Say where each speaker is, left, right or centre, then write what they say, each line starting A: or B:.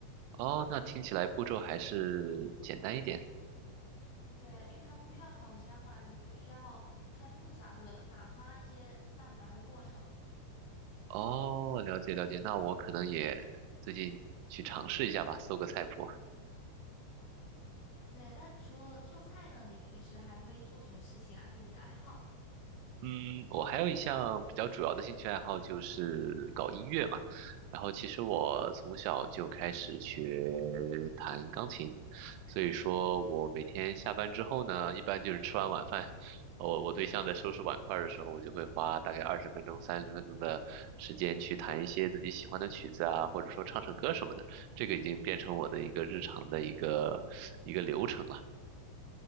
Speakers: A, on the right; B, on the left.
A: 哦，那听起来步骤还是简单一点。
B: 对，因为它不需要烤箱嘛，也不需要太复杂的打发那些蛋白的过程。
A: 哦，了解了解，那我可能也最近去尝试一下吧，搜个菜谱。
B: 对，那除了做菜呢，你平时还会做什么事情啊？就你的爱好？
A: 嗯，我还有一项比较主要的兴趣爱好就是搞音乐嘛。然后其实我从小就开始学弹钢琴，所以说我每天下班之后呢，一般就是吃完晚饭，我我对象在收拾碗筷儿的时候，我就会花大概二十分钟、三十分钟的时间去弹一些自己喜欢的曲子啊，或者说唱唱歌什么的。这个已经变成我的一个日常的一个一个流程了。